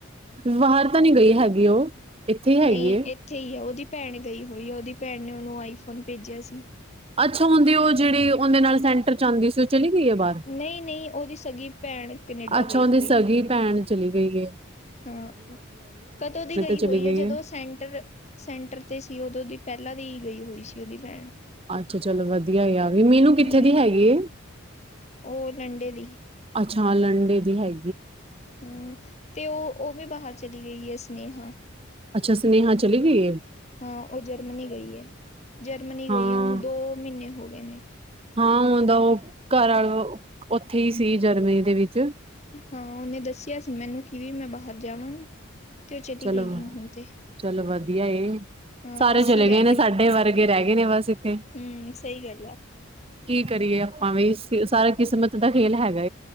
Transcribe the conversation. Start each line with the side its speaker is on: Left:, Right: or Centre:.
Right: ਬਾਹਰ ਤਾਂ ਨਹੀਂੀ ਗਈ ਹੈਗੀ ਉਹ ਇੱਥੇ
Left: ਨਹੀਂ
Right: ਹੈਗੀ ਏ
Left: ਇੱਥੇ ਹੀ ਹੈ ਉਹਦੀ ਭੈਣ ਗਈ ਹੋਈ ਆ ਉਹਦੀ ਭੈਣ ਨੇ ਉਹਨੂੰ ਆਈਫੋਨ ਭੇਜਿਆ ਸੀ
Right: ਅੱਛਾ ਹੁੰਦੀ ਉਹ ਜਿਹੜੀ ਉਹਦੇ ਨਾਲ ਸੈਂਟਰ ਚ ਆਉਂਦੀ ਸੀ ਚਲੀ ਗਈ ਹੈ ਬਾਹਰ
Left: ਨਹੀਂ, ਨਹੀਂ ਉਹਦੀ ਸਗੀ ਭੈਣ ਕਨੇਡਾ
Right: ਅੱਛਾ
Left: ਗਈ
Right: ਉਹਦੀ
Left: ਹੋਈ
Right: ਸਗੀ
Left: ਹੈ
Right: ਭੈਣ ਚਲੀਈ ਗਏ
Left: ਹਾਂ ਕਦੋਂ ਦੀ ਗਈ
Right: ਚਲੀ
Left: ਹੋਈ ਹੈ ਜਦੋਂ
Right: ਏ।
Left: ਸੈਂਟਰ ਸੈਂਟਰ ਤੇ ਸੀ ਉਦੋਂ ਦੀ ਪਹਿਲਾਂ ਦੀ ਗਈ ਹੋਈ ਸੀ ਉਹਦੀ ਭੈਣ
Right: ਅੱਛਾ ਚਲੋ ਵਧੀਆ ਗਿਆ ਵੀ ਮੀਨੂੰ ਕਿੱਥੇ
Left: ਹਮ
Right: ਦੀ ਹੈਗੀ ਹੈ
Left: ਉਹ ਲੰਡੇ ਦੀ
Right: ਅੱਛਾ ਲੰਡੇ ਦੀ ਹੈ
Left: ਹਮ ਤੇ ਉਹ ਉਹ ਵੀ ਬਾਹਰ ਚਲੀ ਗਈ ਹੈ ਸੁਨੇਹਾ
Right: ਅੱਛਾ ਸੁਨੇਹਾ ਚਲੀ ਗਈ ਹੈ
Left: ਹਾਂ ਉਹ ਜਰਮਨੀ ਗਈ ਹੈ ਜਰਮਨੀ
Right: ਹਾਂ।
Left: ਗਈ ਹੈ ਉਹਨੂੰ ਦੋ ਮਹੀਨੇ ਹੋ ਗਏ ਨੇ
Right: ਹਾਂ ਉਹ ਦਾ ਉਹ ਘਰ ਆਾ ਉੱਥੇ ਹੀ ਸੀ ਜਰਮਨੀ ਦੇ ਵਿੱਚ
Left: ਹਾਂ ਉਹਹਨੇ ਦੱਸਿਆ ਸੀ ਮੈਨੂੰ ਕਿਵੇ ਮੈਂ ਬਾਹਰ ਜਾਵਾਂਗੀ ਤੇ ਉਹ ਚਲੀ
Right: ਚਲੋ
Left: ਗਈ ਹੈ ਹੁਣ ਤੇ
Right: ਚਲੋ ਵਧੀਆ
Left: ਹਾਂ
Right: ਸਾਰੇ
Left: ਅੱਸੀ
Right: ਚਲੇ
Left: ਰਹਿ
Right: ਗਏ ਨੇ ਸਾਡੇ ਵਰਗੇ ਰਹਿ ਗਏ ਨੇ ਬਸ ਇੱਥੇ
Left: ਹਮ ਸਹੀ ਗੱਲ ਆ
Right: ਕੀ ਕਰੀਏ ਆਪਾਂ ਵੀ ਸਾਰਾ ਕਿਸਮਤ ਦਾ ਖੇਲ ਹੈਗਾ